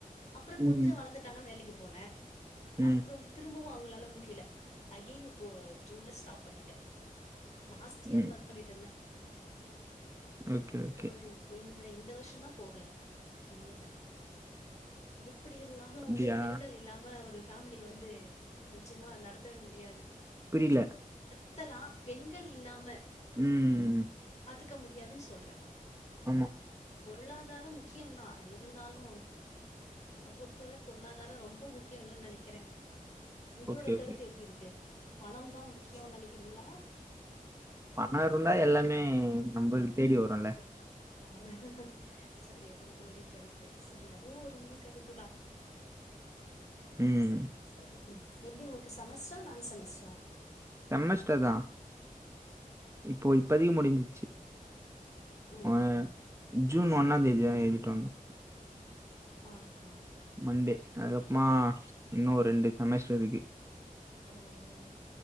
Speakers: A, on the left (about 50°); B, on the right (about 20°).
A: அப்புறோ கொஞ்ச
B: ம்
A: வளந்துட்டாங்கன வேலைக்கு பொன அப்புறோ
B: ம்
A: திரும்பவு அவ்ங் உங்லால முடியல அகென் இப்போ ஜூன்ல ஸ்டாப் பண்ணிட்டே லாஸ்ட் இயர்
B: ம்
A: ஒர்க் பண்ணிட்டு இருந்தேன்
B: ஓகே
A: அதுக்கப்றோ
B: ஓகே
A: இப்ப இந்த இந்த வர்ஷோ தான போகல நின்னுட்டே இப்ப எப்டி இருந்தாலு
B: அப்டியா
A: வந்து பெண்கள் இல்லாம ஒரு ஃபேமிலி வந்து நிச்சயமா நடத்தவே முடியாது
B: புரியில
A: த்தலா பெண்கள் இல்லாம
B: ம்
A: க்க முடியாது ச் சொல்றே
B: ஆமா
A: பொருளாதாரம் முக்கியம் தா இருந்தாலு என்ன பொறுத்த வர பொருளாதாரோ ரொம்போ முக்கிய இல்லன் நெனைக்கிறே உங்களோட
B: ஓகே ஓகே
A: கருத்து எப்படி இருக்கு பணம் தா முக்கியோன் நெனைக்கிறீங்களா
B: பண இருந்தா எல்லாமே நம்மளுக்கு
A: ஆ
B: தேடி
A: சரியா
B: வருல்ல
A: ருக்கு நம்ப சரி அதுவு உங்களுடைய கருத்து சரி அதுவு ஒரு உண்ம கருத்து தா
B: ம்
A: சரி சரி எப்டி உங்களுக்கு செமஸ்ட்ரா நான் செமஸ்ட்ரா
B: செமஷ்டர்தா இப்போ இப்பதிக் முடிஞ்சிச்சு
A: ம்
B: ஆ
A: ம்.
B: ஜூன் ஒன்னா தேதியா எழுதிட் வந்தோ
A: அ ஹா
B: மண்டே அதுக்கப்பமா இன்னு ரெண்டு செமேஸ்ட்ரிக்கு
A: ஓ ஓ